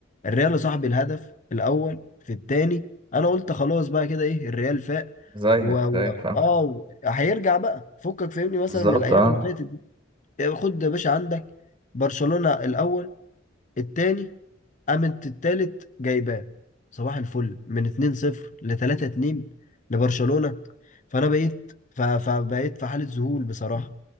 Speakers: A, on the left; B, on the right.
A: الريال يا صاحبي الهدف الاول في الثاني انا قلت خلاص بقى كده ايه الريال فاق
B: زيك
A: و... و...
B: زيك فاهم
A: اه هيرجع بقى فكك فهمني مثلا
B: بالظبط
A: من الايام
B: اه
A: اللي فاتت دي خد يا باشا عندك برشلونه الاول الثاني قامت التالت جايباه صباح الفل من 2-0 ل 3-2 لبرشلونة فانا بقيت ف- فبقيت في حالة ذهول بصراحة